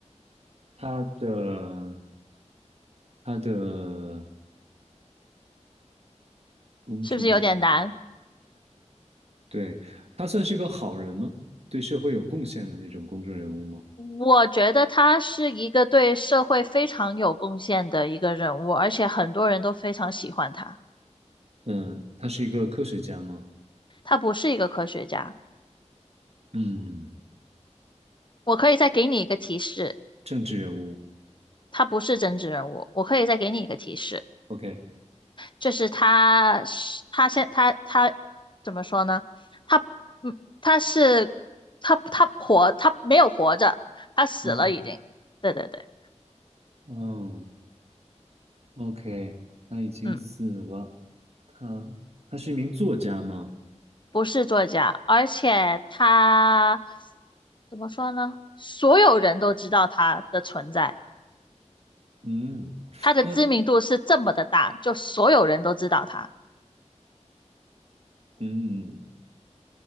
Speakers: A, on the right; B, on the left.
A: 他的他的公众人物，
B: 是不是有点难？
A: 对，他算是个好人吗？对社会有贡献的那种公众人物吗？
B: 我觉得他是一个对社会非常有贡献的一个人物，而且很多人都非常喜欢他。
A: 嗯，他是一个科学家吗？
B: 他不是一个科学家，
A: 嗯，
B: 我可以再给你一个提示，
A: 政治人物。
B: 他不是政治人物。我可以再给你一个提示，
A: OK，
B: 就是他是他现他他怎么说呢？他嗯，他是他他活他没有活着，他死了已经。
A: 嗯
B: 对对对，
A: 嗯，OK，他已经死了。
B: 嗯。
A: 他他是一名作家吗？
B: 不是作家，而且他怎么说呢？所有人都知道他的存在，
A: 嗯，
B: 他的知名度是这么的大，
A: 那
B: 就所有人都知道他，
A: 嗯，